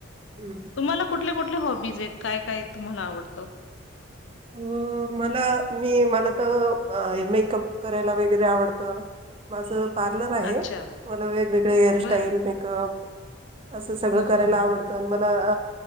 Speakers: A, on the right (about 25°); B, on the left (about 70°).
A: हम्म.
B: तुम्हाला कुठल्या कुठल्या हॉबीज येत, काय काय तुम्हांला आवडतं?
A: अंम मला मी, मला तर अं मेकअप करायला वगैरे आवडतं. माझं पार्लर आहे.
B: अच्छा
A: मला वेगवेगळे हेअरस्टाईल
B: बरं
A: मेकअप. असं सगळं
B: हं
A: करायला
B: हं हं
A: आवडतं.
B: हं
A: अन मला